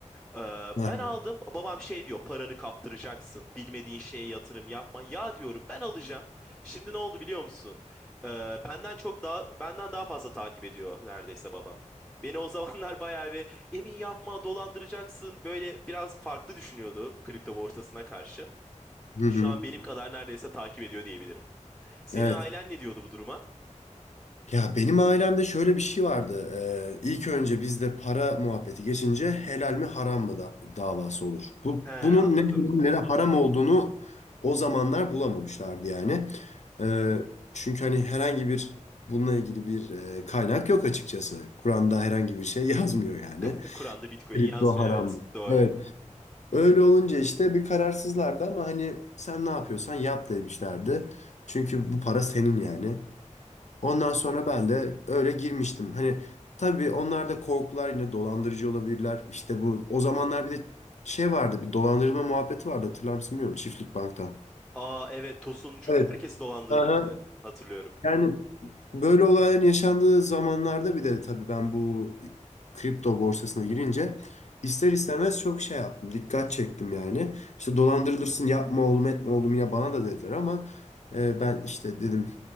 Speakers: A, in the centre; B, on the left.
A: Ee,
B: Hı hı.
A: ben aldım. Babam şey diyor, paranı kaptıracaksın. Bilmediğin şeye yatırım yapma. Ya diyorum, ben alacağım. Şimdi ne oldu biliyor musun? Ee, benden çok daha benden daha fazla takip ediyor neredeyse babam. Beni o zamanlar <laughs> bayağı bir emin yapma, dolandıracaksın. Böyle biraz farklı düşünüyordu kripto borsasına karşı.
B: Hı hı.
A: Şu an benim kadar neredeyse takip ediyor diyebilirim. Senin
B: Evet.
A: ailen ne diyordu bu duruma?
B: Ya benim ailemde şöyle bir şey vardı. Ee, ilk önce bizde para muhabbeti geçince helal mi haram mı da davası olur. Bu
A: He, anladım.
B: bunun ne helal ne de haram olduğunu o zamanlar bulamamışlardı yani. Ee, çünkü hani herhangi bir bununla ilgili bir e, kaynak yok açıkçası. Kur'an'da herhangi bir şey <laughs> yazmıyor yani.
A: <laughs> Kur'an'da Bitcoin
B: Kripto
A: yazmıyor,
B: haram
A: evet.
B: mı?
A: Doğru.
B: Evet. Öyle olunca işte bir kararsızlardı ama hani sen ne yapıyorsan yap demişlerdi. Çünkü bu para senin yani. Ondan sonra ben de öyle girmiştim. Hani tabii onlar da korkular yine dolandırıcı olabilirler. İşte bu o zamanlar bir de şey vardı bir dolandırılma muhabbeti vardı hatırlar mısın bilmiyorum Çiftlik Bank'tan.
A: Aa evet, Tosuncuk
B: Evet.
A: herkesi dolandırmıştı.
B: Aha.
A: Hatırlıyorum.
B: Yani böyle olayların yaşandığı zamanlarda bir de tabii ben bu kripto borsasına girince ister istemez çok şey yaptım. Dikkat çektim yani. İşte dolandırılırsın yapma oğlum etme oğlum ya bana da dediler ama e, ben işte dedim